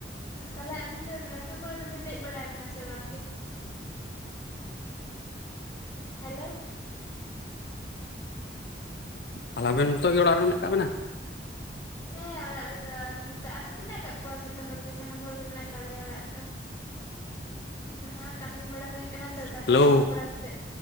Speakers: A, on the left; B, on the left.
A: ᱛᱟᱞᱦᱮ ᱟᱵᱤᱱ ᱫᱚ ᱱᱟᱹᱣᱠᱟᱹ ᱠᱚᱨᱮ ᱫᱚᱵᱤᱱ ᱫᱮᱡ ᱵᱟᱲᱟ ᱠᱟᱱᱟ ᱥᱮ ᱵᱟᱝ ᱜᱮ? ᱦᱮᱞᱳ᱾
B: ᱛᱟᱦᱞᱮ ᱟᱵᱮᱱ ᱱᱚᱛᱚᱜ ᱜᱮ ᱚᱲᱟᱜ ᱨᱮ ᱢᱮᱱᱟᱜ ᱠᱟᱜ ᱵᱮᱱᱟ?
A: ᱦᱮᱸ᱾ ᱚᱲᱟᱜ ᱨᱮᱫᱚ ᱟᱞᱤᱧ ᱢᱚᱛᱚ, ᱟᱨᱚ ᱢᱮᱱᱟᱜ ᱠᱟᱜ ᱠᱚᱣᱟ ᱡᱷᱚᱛᱚ ᱦᱚᱲᱜᱮ ᱥᱟᱱᱟᱢ ᱦᱚᱲᱜᱮ ᱢᱮᱱᱟᱜ ᱠᱟᱜ ᱞᱮᱭᱟ ᱚᱲᱟᱜ ᱨᱮᱫᱚ᱾ ᱦᱟᱸ ᱫᱚ ᱦᱟᱸᱜ ᱠᱟᱹᱢᱤ ᱵᱟᱲᱟ ᱦᱩᱭᱩᱜ᱾ ᱠᱟᱱᱟ ᱛᱚ ᱛᱟᱦᱞᱮ
B: ᱦᱮᱞᱳ
A: ᱡᱚᱢ ᱵᱟᱲᱟ ᱠᱟᱛᱮᱫ᱾